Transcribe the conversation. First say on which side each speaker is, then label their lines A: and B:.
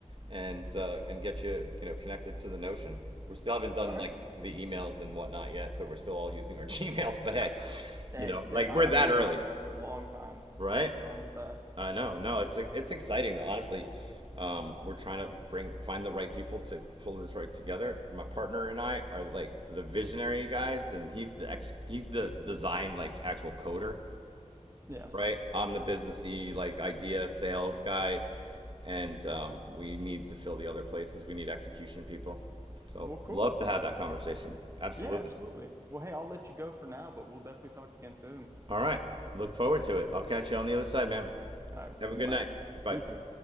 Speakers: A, on the right; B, on the right.
A: and uh, and get you, you know, connected to the Notion. We still haven't done
B: all right.
A: like the emails and whatnot yet, so we're still all using our <laughs> Gmails, but hey,
B: Hey,
A: you know,
B: hey,
A: like
B: I've
A: we're that
B: been using
A: early,
B: Gmail for a long time.
A: right?
B: Nothing wrong with that.
A: I uh, know. No, it's it's exciting though. Honestly, um, we're trying to bring find the right people to pull this right together. My partner and I are like the visionary guys, and he's the ex- he's the design like actual coder,
B: Yeah.
A: right? I'm the businessy like idea sales guy, and um, we need to fill the other places. We need execution people. So
B: Well, cool.
A: love to have that conversation. Absolutely.
B: Yeah, absolutely. Well, hey, I'll let you go for now, but we'll definitely talk again soon.
A: All right. Look forward to it. I'll catch you on the other side, man.
B: All right.
A: Have a good
B: Bye.
A: night. Bye.
B: You too.